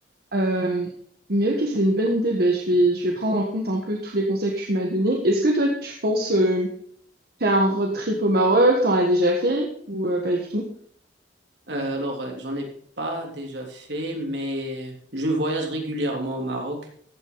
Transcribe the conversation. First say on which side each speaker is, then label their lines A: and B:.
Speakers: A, on the right; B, on the right.
A: Euh, mais ok, c'est une bonne idée. Ben, je vais, je vais prendre en compte un peu tous les conseils que tu m'as donnés. Est-ce que toi, tu penses euh, faire un road trip au Maroc? T'en as déjà fait ou euh, pas du tout?
B: Euh, alors, euh, j'en ai pas déjà fait, mais je voyage régulièrement au Maroc.